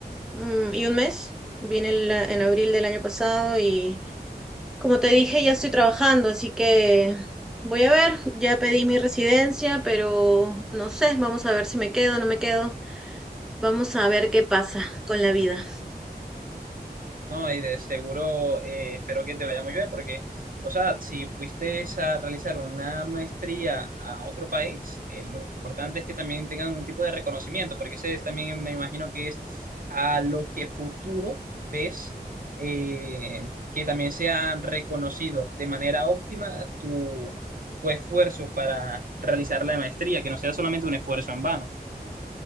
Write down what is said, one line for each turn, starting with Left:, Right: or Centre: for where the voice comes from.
Centre: mm, y un mes, vine el- en abril del año pasado y como te dije, ya estoy trabajando, así que voy a ver, ya pedí mi residencia, pero no sé, vamos a ver si me quedo o no me quedo, vamos a ver qué pasa con la vida.
Right: No, y de seguro eh, espero que te vaya muy bien porque, o sea, si fuiste a realizar una maestría a otro país, eh, lo importante es que también tengan un tipo de reconocimiento, porque ese es también me imagino que es a lo que futuro ves eh, que también sea reconocido de manera óptima tu, tu esfuerzo para realizar la maestría, que no sea solamente un esfuerzo en vano.